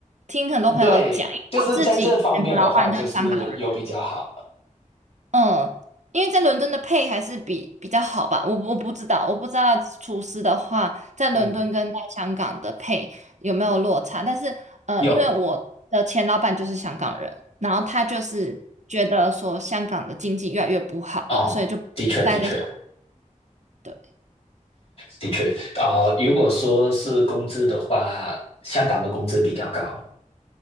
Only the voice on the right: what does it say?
听很多朋友讲，
因为我自己以前的老板就是香港人。
嗯，因为在伦敦的配还是比比较好吧，我不我不知道，我不知道厨师的话在伦敦跟在香港的配有没有落差，
但是呃，
因为我的前老板就是香港人，然后他就是觉得说香港的经济越来越不好了，
所以就不待在香
对，